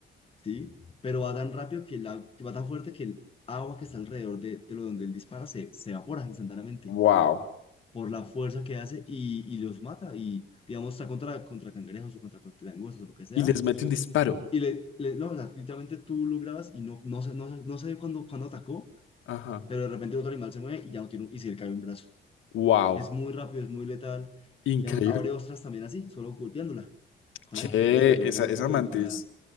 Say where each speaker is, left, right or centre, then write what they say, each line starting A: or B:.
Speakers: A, on the left (about 30°); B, on the left (about 75°).
A: ¿sí? Pero va tan rápido que el agua, va tan fuerte que el agua que está alrededor de, de lo donde él dispara se, se evapora instantáneamente
B: Wow,
A: por la fuerza que hace y, y los mata. Y digamos, está contra, contra cangrejos o contra langostas o lo que sea.
B: Y les mete un disparo.
A: Y le, le- no, o sea, literalmente tú lo grabas y no, no sé, no sé, no sé cuándo, cuándo atacó,
B: Ajá,
A: pero de repente el otro animal se mueve y ya no tiene un- y se le cae un brazo.
B: wow.
A: Es muy rápido, es muy letal.
B: increíble.
A: Digamos, abre ostras también así, solo golpeándola. Con
B: Che,
A: ahí, que así la golpea
B: esa,
A: muy
B: esa
A: duro
B: mantis.
A: y, y la
B: <laughs>